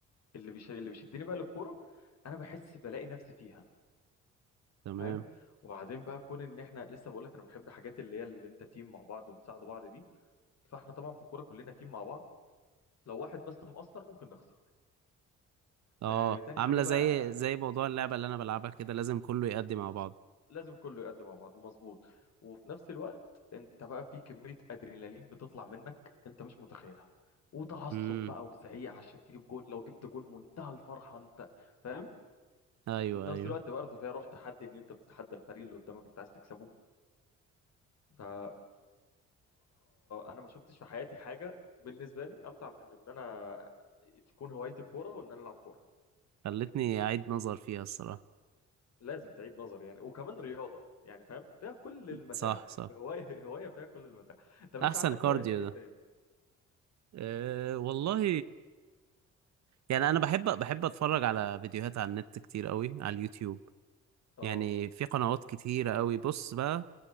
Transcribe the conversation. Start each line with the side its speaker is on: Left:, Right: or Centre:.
Left: اللي بيش... اللي بيشدني بقى للكوره انا بحس بلاقي نفسي فيها
Right: تمام
Left: فاهم وبعدين بقى كون ان احنا لسه بقول لك انا بحب حاجات اللي هي اللي انت تيم مع بعض وبتساعدوا بعض دي فاحنا طبعا في الكوره كلنا تيم مع بعض لو واحد بس مقصر ممكن نخسر
Right: اه
Left: آه، تاني
Right: عاملة
Left: حاجة بقى
Right: زي زي موضوع اللعبة اللي انا بلعبها كده لازم كله يأدي مع بعض
Left: لازم كله يقدم مع بعض مظبوط وفي نفس الوقت انت بقى في كمية ادرينالين بتطلع منك انت مش متخيلها وتعصب
Right: امم
Left: بقى وزعيق عشان تجيب جول لو جبت جول منتهى الفرحة انت فاهم
Right: ايوه
Left: وفي نفس
Right: ايوه
Left: الوقت برضه فيها روح تحدي ان انت بتتحدى الفريق اللي قدامك انت عايز تكسبه فبصراحة انا ما شفتش في حياتي حاجة بالنسبة لي امتع من ان انا تكون هوايتي الكورة وان انا العب كورة
Right: خلتني اعيد نظر فيها الصراحة
Left: لازم تعيد نظر يعني وكمان رياضة يعني فاهم فيها كل المتاع
Right: صح صح
Left: هواية <laughs> هواية فيها كل المتاع طب انت
Right: احسن
Left: عندك
Right: كارديو
Left: هوايات ايه
Right: ده
Left: تاني
Right: أه والله يعني انا بحب بحب اتفرج على فيديوهات على النت كتير قوي على اليوتيوب
Left: اه
Right: يعني في قنوات كتيرة قوي بص بقى